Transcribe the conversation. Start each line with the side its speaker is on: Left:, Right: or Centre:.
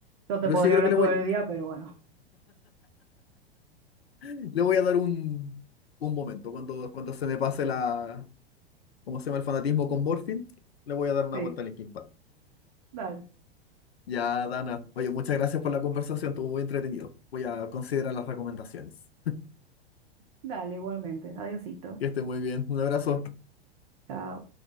Right: yo te
Left: pero
Right: podría
Left: sí, creo
Right: hablar
Left: que le
Right: todo
Left: voy,
Right: el día, pero bueno,
Left: le voy a dar un, un momento. Cuando, cuando se me pase la, ¿cómo se llama? El fanatismo con Morphine, le voy a dar una
Right: sí.
Left: vuelta a Linkin Park.
Right: dale.
Left: Ya, Dana, oye, muchas gracias por la conversación, estuvo muy entretenido. Voy a considerar las recomendaciones.
Right: Dale, igualmente. Adiosito.
Left: Que esté muy bien. Un abrazo.
Right: Chao.